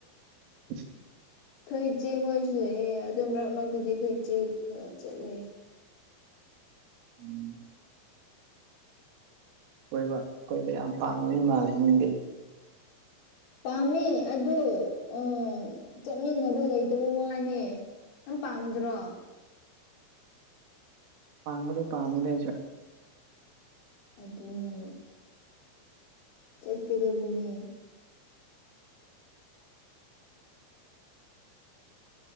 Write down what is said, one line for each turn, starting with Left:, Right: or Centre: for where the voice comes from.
Right: ꯎ
Left: ꯑꯩꯈꯣꯏ ꯏꯆꯦ ꯃꯣꯏꯁꯨ ꯂꯩꯑꯦ ꯑꯗꯨꯗꯣ ꯃꯔꯛ ꯃꯔꯛꯇꯗꯤ ꯑꯩꯈꯣꯏ ꯏꯆꯦ ꯆꯠꯂꯦ
Right: ꯎꯝ ꯀꯣꯏꯕ ꯀꯣꯏꯕ ꯌꯥꯝ ꯄꯥꯝꯕꯒꯤ ꯃꯥꯜꯂꯦ ꯅꯪꯗꯤ
Left: ꯄꯥꯝꯃꯦ ꯑꯗꫭ ꯑ ꯆꯠꯃꯤꯟꯅꯕ ꯂꯩꯇꯕ ꯋꯥꯅꯦ ꯅꯪ ꯄꯥꯝꯗ꯭ꯔꫭ
Right: ꯄꯥꯝꯕꯗꯤ ꯄꯥꯝꯃꯤꯗ ꯑꯩꯁꯨ
Left: ꯑꯗꯨꯅꯦ꯫ ꯆꯠꯀꯗꯕꯅꯤ꯫